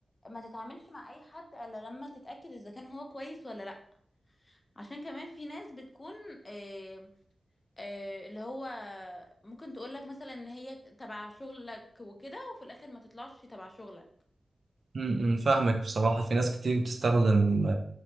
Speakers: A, on the left; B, on the right.
A: ما تتعاملش مع اي حد الا لما تتاكد اذا كان هو كويس ولا لا عشان كمان في ناس بتكون آه آه اللي هو ممكن تقولك مثلا ان هي تبع شغلك وكده وفي الاخر ما تطلعش تبع شغلك
B: امم فاهمك بصراحة في ناس كتير بتستخدم